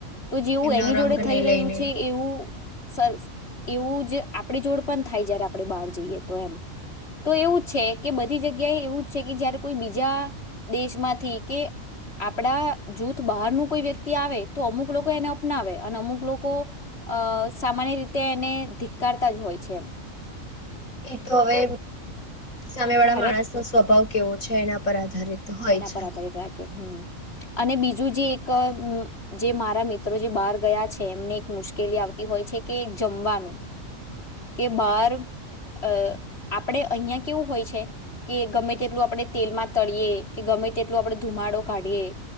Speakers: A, on the left (about 50°); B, on the left (about 75°).
A: તો જેવું
B: એમનો
A: એની
B: રંગને
A: જોડે થઈ
B: લઈને
A: રહ્યું છે એવું સર એવું જ આપણી જોડ પણ થાય જ્યારે આપણેે બહાર જઈએ તો એમ તો એવું છે કે બધી જગ્યાએ એવું જ છે કે જયારે કોઈ બીજા દેશમાંથી કે આપડા જૂથ બહાર નું કોઈ વ્યક્તિ આવે તો અમુક લોકો એને અપનાવે અને અમુક લોકો અ સામાન્ય રીતે એને ધિક્કારતા જ હોય છે એ
B: એ તો હવે સામેવાળા
A: ભારત
B: માણસનો સ્વભાવ કેવો છે એના પર આધારિત હોય
A: એના
B: છે
A: પર આધારિત રાખે હમ અને બીજું જે એક જે મારા મિત્રો જે બહાર ગયા છે એમને એક મુશ્કેલી આવતી હોય છે કે જમવાનું કે બહાર અ આપણે અહિયાં કેવું હોય છે કે ગમે તેટલું આપણે તેલમાં તળીયએ કે ગમે તેટલું આપડે ધુમાડો કાઢીએે